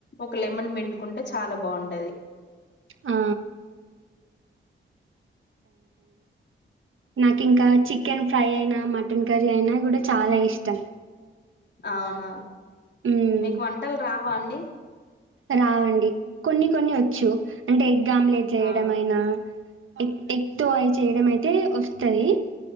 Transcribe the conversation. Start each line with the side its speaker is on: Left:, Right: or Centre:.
Left: ఒక లెమన్ బిండుకుంటే చాలా బాగుంటది.
Right: ఆ నాకింకా చికెన్ ఫ్రై అయినా, మటన్ కర్రీ అయినా కూడ చాలా ఇష్టం.
Left: అవునా?
Right: హ్మ్.
Left: మీకు వంటలు రావాన్ అండి?
Right: రావండి, కొన్ని కొన్ని ఒచ్చు అంటే, ఎగ్గామ్లెట్ చేయడం
Left: అవునా
Right: అయినా. టింగ్లు ఎగ్ తో అయి చేయడం అయితే, వస్తు టది